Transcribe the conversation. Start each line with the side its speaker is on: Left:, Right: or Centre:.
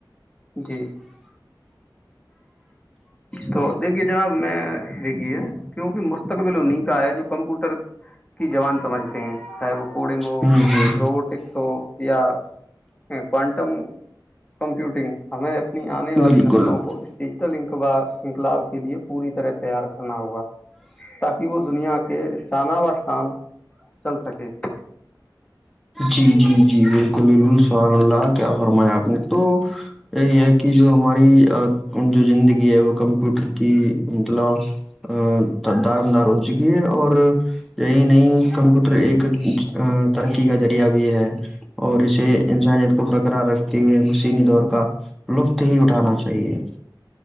Left: جی تو دیکھیے جناب میں بییکی ہے کیونکہ مستقبل انہیں کا ہے جو کمپیوٹر کی جوان سمجھتے ہیں چاہے وہ کوڈنگ ہو
Centre: ہ ہ
Left: روبوٹکس ہو یا اکوانٹم ہو کمپیوٹنگ ہمیں اپنی آنے والی
Centre: بالکل
Left: نسلوں کو اس ڈیجیٹل انقلاب کے لیے پوری طرح تیار کرنا ہوگا تاکہ وہ دنیا سے <unintelligible> ہاں چل سکے
Centre: جی جی جی بالکل بالکل سبحان اللہ کیا فرمایا آپ نے تو یہی ہے کہ جو ہماری جو زندگی ہے وہ کمپیوٹر کی مطلب دارمدار ہو چکی ہے اور یہی نہیں کمپیوٹر ایکری تقی کا ذریعہ بھی ہے اور اسے انسانیت کو برقرار رکھتے ہوئے مسینی دور کا لطف ہی اٹھانا چاہیے